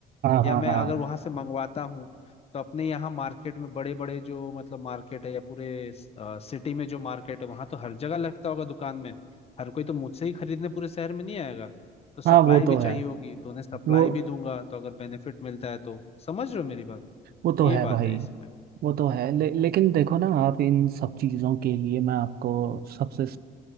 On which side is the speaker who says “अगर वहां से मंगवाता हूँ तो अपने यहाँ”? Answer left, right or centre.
Left